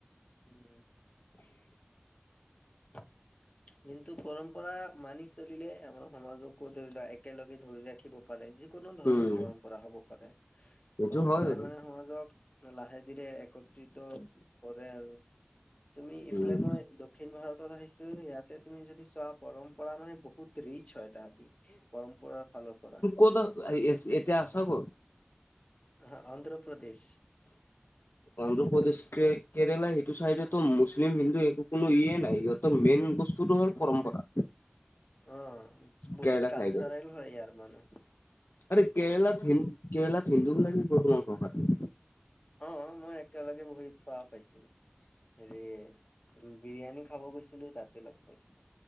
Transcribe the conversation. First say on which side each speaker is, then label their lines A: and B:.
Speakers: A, on the left; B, on the left.
A: উম <inaudible> কিন্তু পৰম্পৰা মানি চলিলে আমাৰ সমাজকো ধৰি লোৱা একেলগে ধৰি ৰাখি থব পাৰে যিকোনো ধৰণৰ
B: উম
A: পৰম্পৰা হ'ব পাৰে
B: সেইটো
A: পৰম্পৰাই
B: হয় বাৰু
A: মানে সমাজক লাহে ধীৰে একত্ৰিত কৰে আৰু তুমি ইফালে
B: উম
A: মই দক্ষিণ ভাৰতত আহিছো ইয়াতে তুমি যদি চোৱা পৰম্পৰা মানে বহুত ৰিচ হয় তাহাঁতি পৰম্পৰাৰ ফালৰ পৰা
B: ক এতিয়া আছ গ'
A: আহ অন্ধ্ৰ প্ৰদেশ
B: অন্ধ্ৰপ্ৰদেশ কেৰেলা সেইটো চাইডে তো মুছলিম হিন্দু একো কোনো ইয়ে নাই ইহঁতৰ মেইন মেইন বস্তুটো হ'ল পৰম্পৰা
A: অ বহুত
B: কেৰেলা
A: কালচাৰেল
B: চাইডে
A: হয় ইয়াৰ মানে
B: আৰে কেৰেলাত হী হিন্দু বুলি কি
A: অ মই একেলগে বহি খোৱা পাইছো হেৰি বিৰিয়ানী খাব গৈছিলো তাতে লগ পাইছিলো